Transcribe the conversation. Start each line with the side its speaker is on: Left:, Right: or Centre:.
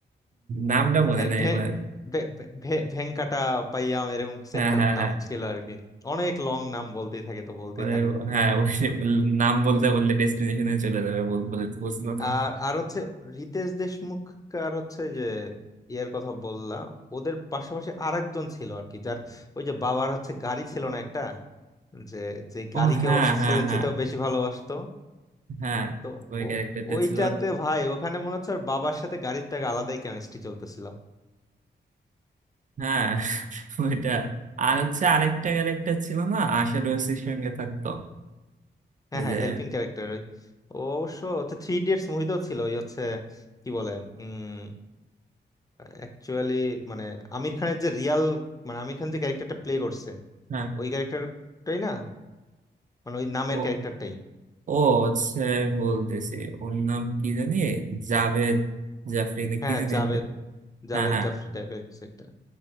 Right: নামটা মনে
Left: ভে-
Right: নেই
Left: ভে-
Right: আমার
Left: ভে- ভে- ভে- ভেঙ্কাটা পাইয়াম এরকম কিছু
Right: হ্যাঁ
Left: একটা
Right: হ্যাঁ
Left: নাম
Right: হ্যাঁ
Left: ছিল আর কি অনেক লং নাম বলতেই থাকে তো বলতেই
Right: মানে
Left: থাকে
Right: হ্যাঁ ওই নাম বলতে বললে ডেস্টিনেশনে চলে যাবে বল- বলে বুঝলো না
Left: আর আর হচ্ছে রিতেশ দেশমুখ আর হচ্ছে যে ইয়ার কথা বললা ওদের পাশাপাশি আর একজন ছিল আর কি যার ওই যে বাবার হচ্ছে গাড়ি ছিল না একটা যে যে
Right: ও
Left: গাড়িকে
Right: হ্যাঁ
Left: ওর
Right: হ্যাঁ
Left: ছেলে
Right: হ্যাঁ
Left: চেয়েতেও বেশি ভালোবাসতো
Right: হ্যাঁ
Left: তো
Right: ওই
Left: ও
Right: ক্যারেক্টারটা
Left: ওইটাতে
Right: ছিল
Left: ভাই ওখানে মনে হচ্ছে ওর বাবার সাথে গাড়ির থেকে আলাদাই কেমিস্ট্রি চলতেছিল
Right: হ্যাঁ ওইটা আর হচ্ছে আরেকটা ক্যারেক্টার ছিল না আশা ডোসির সঙ্গে থাকতো
Left: হ্যাঁ
Right: ওই
Left: হ্যাঁ
Right: যে
Left: হেল্পিং ক্যারেক্টার ওই ও অবশ্য হচ্ছে থ্রি ইডিয়টস মুভিতেও ছিল ওই হচ্ছে কি বলে উম অ্যাকচুয়ালি মানে আমির খানের যে রিয়াল মানে আমির খান যে ক্যারেক্টারটা প্লে করছে
Right: হ্যাঁ
Left: ওই ক্যারেক্টারটাই না মানে ওই নামের
Right: ও
Left: ক্যারেক্টারটাই
Right: ও হচ্ছে আমি বলতেছি ওর নাম কি জানি জাভেদ জাফরি না
Left: হ্যাঁ
Right: কি
Left: হ্যাঁ,
Right: জানি
Left: জাভেদ
Right: একটা
Left: জাভেদ
Right: হ্যাঁ হ্যাঁ
Left: জাফরি টাইপের কিছু একটা